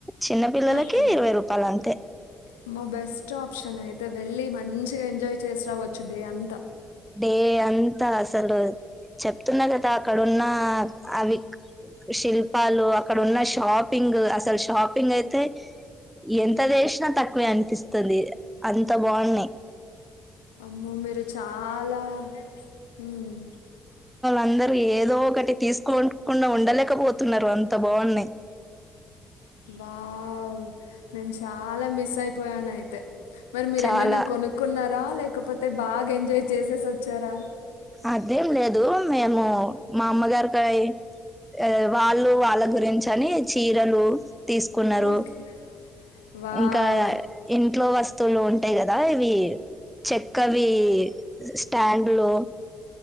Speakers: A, in the centre; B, on the left (about 80°).
A: చిన్న పిల్లలకి
B: ఓకే.
A: ఇరవై రూపాలు అంతే
B: అమ్మో! బెస్ట్ ఆప్షన్ అయితే వెళ్ళి మంచిగా ఎంజాయ్ చేస్ రావొచ్చు డే అంతా
A: డే అంతా అసలు చెప్తున్నా కదా అక్కడున్న అ అవి శిల్పాలు అక్కడ ఉన్న షాపింగ్ అసల్ షాపింగ్ అయితే ఎంత చేశ్ నా తక్కువే అనిపిస్తుంది అంత బాఉన్నాయి
B: అమ్మో మీరు చాలా హ్మ్మ్
A: అందరు ఏదో ఒకటి తీసుకున్ కుండా ఉండలేకపోతున్నారు అంత బాఉన్నాయి
B: వావ్ నేన్ చాలా మిస్ అయిపోయాన్ అయితే మరి మీరేమైనా
A: చాలా
B: కొనుక్కున్నారా లేకపోతే బాగ్ ఎంజాయ్ చేసేస్ వచ్చారా
A: అదేం లేదు మేము మా అమ్మగారి కయి ఎ వాళ్ళు వాళ్ళ గురించ్ అని చీరాలు తీసుకునరు
B: ఓకే వావ్
A: ఇంకా ఇంట్లో వస్ తులు ఉంటాయి కదా ఇవి చెక్కవి స్టాండ్ లో